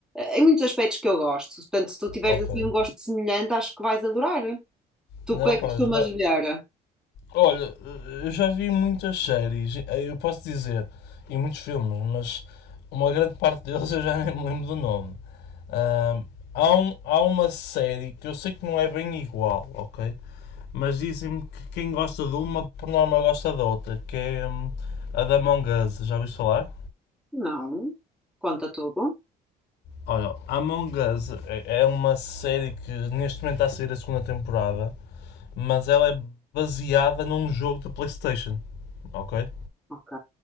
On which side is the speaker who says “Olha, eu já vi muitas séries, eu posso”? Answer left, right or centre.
Left